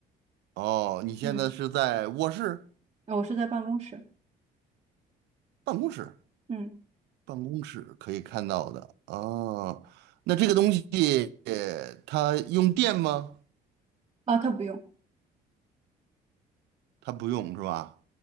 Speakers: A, on the right; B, on the right.
A: 哦，你现在是在卧室、
B: 嗯，呃我是在办公室，
A: 办公室，
B: 嗯，
A: 办公室可以看到的啊。那这个东西呃它用电吗？
B: 啊，他不用。
A: 它不用是吧？